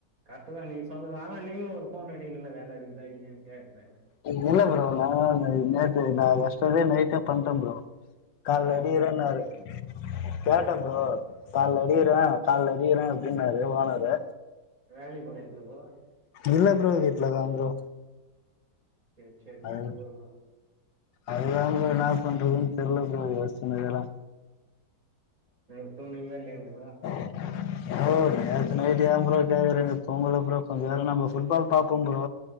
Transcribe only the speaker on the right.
கரெக்ட் தா நீ சொல்றது ஆனா நீங்களு ஒரு ஃபோன் அடிக்குணுனு இல்ல வேல இருக்குதா இல்லையான்ட்னு கேட்றே
கேக்குறதெல்லா
இல்லையா ப்ரோ நீ
வேலைக்கு போலயா ப்ரோ இப்போ
சேர் செரி
<unintelligible>
நேத் தூங்னீங்களா இல்லயா ப்ரதர்